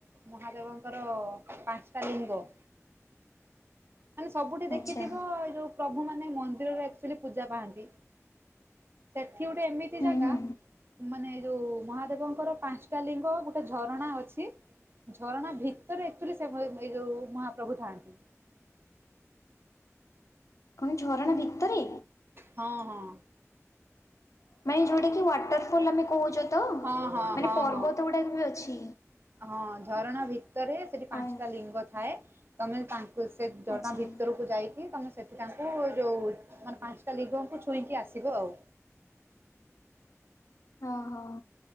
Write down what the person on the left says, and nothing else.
ଆଚ୍ଛା
ହୁଁ
ହୁଁ
କଣ ଝରଣା ଭିତରେ?
ମାନେ ଯେଉଁଟାକି ୱାଟରଫଲ୍ ଆମେ କହୁଛ ତ
ମାନେ
ପର୍ବତ
ଗୁଡ଼ାକ ବି ଅଛି
ଆ
ଆଚ୍ଛା
ହଁ, ହଁ।